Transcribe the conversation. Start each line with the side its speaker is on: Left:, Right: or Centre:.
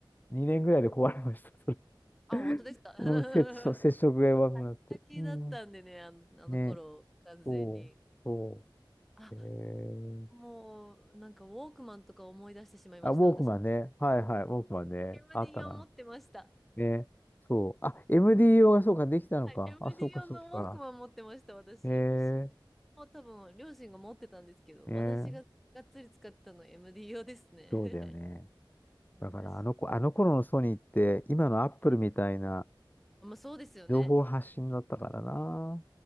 Left: 2年ぐらいで壊れました、それ。
Centre: あ、
Left: <laughs>
Centre: 本当ですか <laughs>
Left: もう接触、接触が弱くなって。
Centre: あ先々だったんでね、
Left: うん。
Centre: あの、あの頃、
Left: ね、
Centre: 完全に。
Left: そう、そ
Centre: あ、
Left: う。へえ
Centre: もう、なんか、ウォークマンとか思い出してしまいました、
Left: あ、ウォークマンね。
Centre: 私。
Left: はいはい、ウォークマンね。
Centre: MD
Left: あったな。
Centre: を持ってました。
Left: ね。そう。あ、MDO がそうか、できたのか。
Centre: MD
Left: あ、そうか、
Centre: 用のウォークマン持ってました、
Left: そうか。
Centre: 私。
Left: へ
Centre: しもう多分、両親が持ってたんですけど、
Left: え、
Centre: 私ががっつり使ってたの
Left: ね。
Centre: MD 用ですね。
Left: そうだよね。
Centre: <laughs>
Left: だから、
Centre: 懐かし
Left: あの子、あの頃のソニーって、
Centre: い。
Left: 今のアップルみたいな
Centre: はいまあ、そうですよね。
Left: 情報発信だったからな。